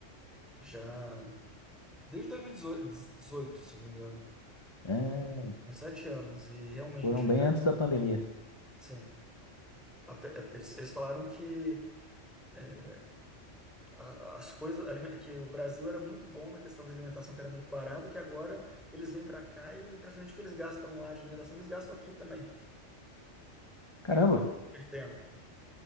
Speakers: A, in the centre; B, on the left.
A: já desde 2018 se não me engano,
B: É,
A: uns sete anos. E realmente,
B: foram bem
A: cara,
B: antes da pandemia.
A: sim. a pe- é, Eles, eles falaram que é, a- as coisas, alime- que o Brasil era muito bom na questão de alimentação, que era muito barato, e que agora eles vêm para cá e praticamente o que eles gastam lá de alimentação, eles gastam aqui também,
B: Caramba!
A: perdendo.